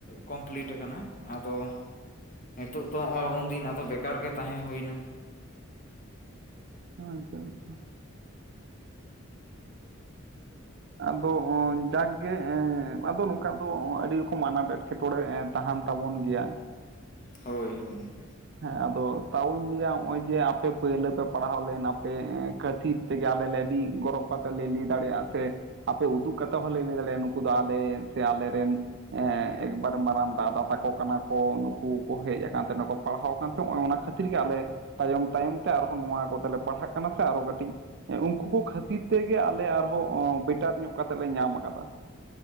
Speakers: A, on the left (about 40°); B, on the right (about 55°).
A: ᱠᱚᱢᱯᱤᱞᱤᱴ ᱟᱠᱟᱱᱟ ᱟᱫᱚ, ᱱᱤᱛᱚᱜ ᱫᱚ ᱱᱚᱜᱼᱚᱭ ᱩᱱ ᱫᱤᱱ ᱟᱫᱚ ᱵᱮᱠᱟᱨ ᱜᱮ ᱛᱟᱦᱮᱸ ᱦᱩᱭᱱᱟ᱾
B: ᱟᱪᱪᱷᱟ ᱟᱪᱪᱷᱟ᱾ ᱟᱫᱚ ᱡᱟᱠ ᱜᱮ ᱟᱫᱚ ᱱᱚᱝᱠᱟ ᱫᱚ ᱟᱹᱰᱤ ᱨᱚᱠᱚᱢ ᱟᱱᱟᱴ ᱮᱴᱠᱮᱴᱚᱬᱮ, ᱛᱟᱦᱟᱱ ᱛᱟᱵᱚᱱ ᱜᱮᱭᱟ᱾
A: ᱦᱳᱭ ᱦᱳᱭ᱾
B: ᱦᱮᱸ ᱟᱫᱚ ᱛᱟᱣᱳᱧ ᱞᱟᱹᱭᱟ ᱱᱚᱜᱼᱚᱭ ᱡᱮ ᱟᱯᱮ ᱯᱟᱹᱭᱞᱟᱹ ᱯᱮ ᱯᱟᱲᱦᱟᱣ ᱞᱮᱱ ᱟᱯᱮ ᱠᱟᱹᱛᱷᱤᱛ ᱛᱮ ᱜᱮ ᱟᱞᱮ-ᱞᱮ ᱟᱰᱤ ᱜᱚᱨᱚᱵ ᱠᱟᱛᱮ ᱞᱮ ᱞᱮᱭ ᱫᱟᱲᱮᱭᱟ-ᱟ ᱥᱮ? ᱟᱯᱮ ᱩᱫᱩᱜ ᱠᱟᱛᱮ ᱦᱚᱸᱞᱮ ᱞᱟᱹᱭ ᱫᱟᱲᱮᱭᱟᱜᱼᱟ ᱱᱩᱠᱩ ᱫᱚ ᱟᱞᱮ ᱥᱮ ᱟᱞᱮᱨᱮᱱ, ᱮᱸ ᱮᱠᱵᱟᱨᱮ ᱢᱟᱨᱟᱝ ᱫᱟᱫᱟ ᱛᱟᱠᱚ ᱠᱟᱱᱟ ᱠᱚ ᱱᱩᱠᱩ ᱠᱚ ᱦᱮᱡ ᱟᱠᱟᱱ ᱛᱟᱦᱮᱱᱟ ᱠᱚ᱾ ᱯᱟᱲᱦᱟᱣ ᱠᱟᱱ ᱛᱮ ᱱᱚᱜᱼᱚᱭ ᱚᱱᱟ ᱠᱷᱟᱹᱛᱤᱨ ᱜᱮ ᱟᱞᱮ ᱛᱟᱭᱚᱢ ᱛᱟᱭᱚᱢ ᱛᱮ ᱟᱨᱦᱚᱸ ᱱᱚᱣᱟ ᱠᱚᱛᱮ ᱞᱮ ᱯᱟᱲᱦᱟᱜ ᱠᱟᱱᱟ ᱥᱮ ᱟᱨᱦᱚ ᱠᱟᱹᱴᱤᱡ, ᱩᱱᱠᱩ ᱠᱚ ᱠᱷᱟᱹᱛᱤᱨ ᱛᱮᱜᱮ ᱟᱞᱮ ᱟᱨᱦᱚᱸ ᱵᱮᱴᱟᱨ ᱧᱚᱜ ᱠᱟᱛᱮ ᱞᱮ ᱧᱟᱢ ᱠᱟᱫᱟ᱾